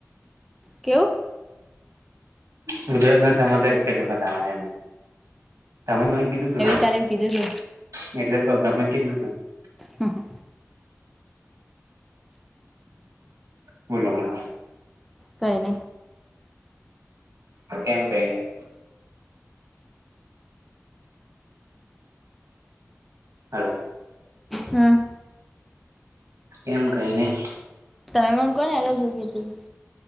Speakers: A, in the centre; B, on the right (about 70°).
A: કવ
B: ગુજરાત ના સમાદાર ચ વખત આવ એમ તમાર કીધું તું
A: ચાલે કીધુ
B: એટલે જ ક
A: હા હા
B: બોલો બોલો
A: કઈ ન
B: એમ કઈ નહી હ
A: હ
B: એમ કઈ નહ
A: ત કોને એલો છ કે તું